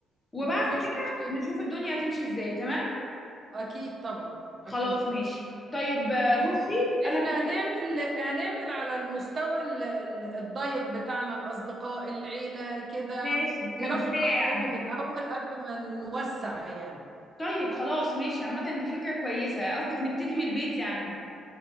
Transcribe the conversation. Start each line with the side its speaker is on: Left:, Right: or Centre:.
Left: وبعد
Right: مفيش
Left: كده
Right: مشكلة
Left: نشوف الدنيا هتمشي ازاي تمام
Right: اكيد طبعا اكيد
Left: خلاص ماشي طيب آه،
Right: احنا
Left: بصي انا
Right: احنا
Left: كنت
Right: هنعمل هنعمل على المستوى ال- ال- الضيق بتاعنا الاصدقاء العيله كده
Left: ماشي كبداية
Right: وناخد رايهم
Left: يعني
Right: الاول قبل ما نوسع يعني
Left: طيب خلاص ماشي عامة دي فكرة كويسة قصدك نبتدي من البيت يعني